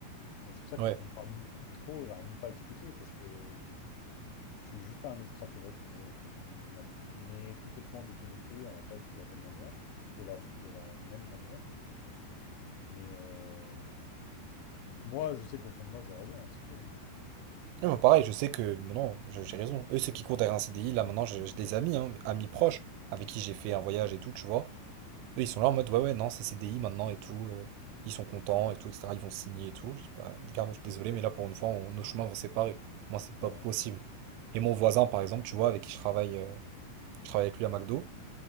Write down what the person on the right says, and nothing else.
Ouais.
Non, mais pareil, je sais que, non, je- j'ai raison. Eux, ceux qui courent derrière un CDI, là, maintenant, j'ai j'ai des amis, hein, amis proches, avec qui j'ai fait un voyage et tout, tu vois. Eux, ils sont là en mode, ouais, ouais, non, c'est CDI maintenant et tout. euh, ils sont contents et tout, etc. Ils vont signer et tout. Je dis pas, les gars, moi, je suis désolé, mais là, pour une fois, on- nos chemins vont séparer. Moi, c'est pas
possible.
Et mon voisin, par exemple, tu vois, avec qui je travaille. euh, je travaille avec lui à McDo.